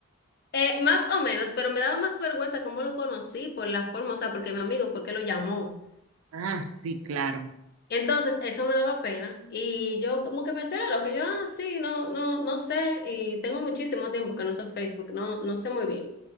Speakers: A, on the left (about 45°); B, on the right (about 75°).
A: Eh, más o menos, pero me daba más vergüenza cómo lo conocí por la forma, o sea, porque mi amigo fue que lo llamó.
B: Ah, sí, claro.
A: Entonces, eso me daba pena y yo como que pensé "Ah, lo que yo, ah, sí, no, no, no sé, y tengo muchísimo tiempo que no uso Facebook, no, no sé muy bien,